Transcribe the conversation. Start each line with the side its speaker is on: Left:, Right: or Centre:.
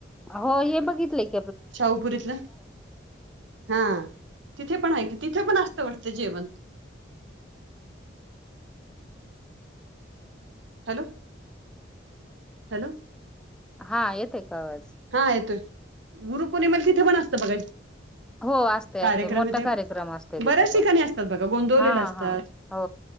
Centre: अ हो हे बघितलंय क
Right: शाहूपुरीतलं. हा तिथे पण आहे कि, तिथे पण असतं वाटत जेवण. हॅलो! हॅलो!
Centre: हा येते का आवाज?
Right: हा येतोय गुरुपौर्णिमेला तिथे पण असतं बघा.
Centre: हो असतय
Right: कार्यक्रम
Centre: असतय मोठा
Right: आहे ते
Centre: कार्यक्रम असतोय तिथं
Right: बऱ्याच ठिकाणी
Centre: पण
Right: असतात बघा गोंदवलेला
Centre: हा
Right: असतात.
Centre: हा हो